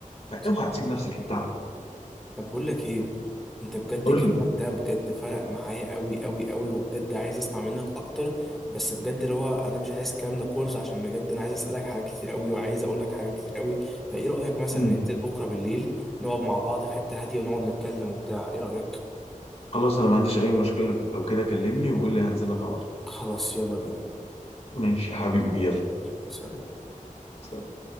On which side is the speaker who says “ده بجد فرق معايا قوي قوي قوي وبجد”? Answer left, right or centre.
Centre